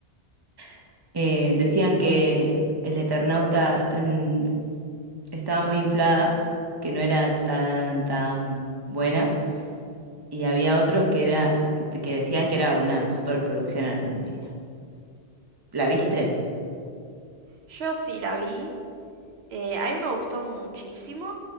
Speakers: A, on the right; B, on the right.
A: <laughs> eh, decían que el Eternauta mm, estaba muy inflada, que no era tan, tan buena, y había otros que, era, que decían que era una superproducción argentina. ¿La viste?
B: Yo sí la vi, eh, a mí me gustó muchísimo,